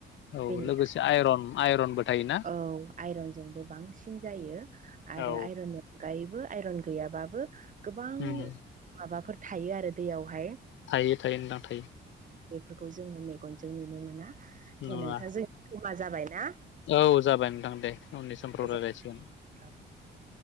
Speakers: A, on the left; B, on the right.
A: औ
B: बेनि
A: लोगोसे आयरन आइरनबो थायोना?
B: औ आइरनजोंबो बांसिन जायो आरो
A: औ
B: आइरननि नगायैबो आइरन गैयाबाबबो गोबां
A: उम
B: माबाफोर थायो आरो दैयावहाय
A: थायो थायो नोंथां थायो
B: बेफोरखौ जोङो मेगनजों नुनो मोना दे
A: नङा
B: नोंथा जों समा जाबायना।
A: औ जाबाय नोंथां दे उननि समफ्राव
B: गोजोनथों।
A: रायलायसै।
B: <inaudible>